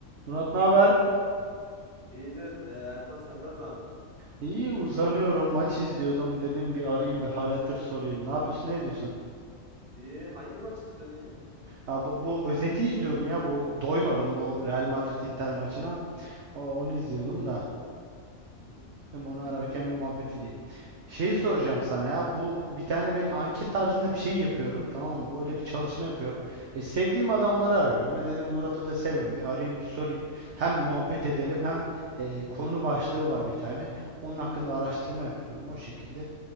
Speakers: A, on the right (about 60°); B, on the right (about 45°).
A: Murat ne haber?
B: İyidir. Ee, Erkan senden ne haber?
A: İyi uzanıyorum maç izliyordum dedim bir arayayım bir hal hatır sorayım. Ne yapıyorsun ne ediyorsun?
B: İyi. Hangi maçı izliyordun ya?
A: Ya bu, bu özeti izliyorum ya bu doymadım bu Real Madrid Inter maçına. Ha, onu izliyordum da
B: Hmm.
A: dedim onu
B: İyi
A: ararken
B: iyi.
A: bir muhabbet edeyim. Şey soracağım sana ya bu bir tane ben anket tarzında bir şey yapıyorum tamam mı? Öyle bir çalışma yapıyorum. E, sevdiğim adamları arıyorum. E dedim Murat'ı da seviyorum bir arayayım bir sorayım. Hem muhabbet
B: Eyvallah.
A: edelim hem e, konu başlığı var bir tane. Onun hakkında araştırma yapıyorum o şekilde.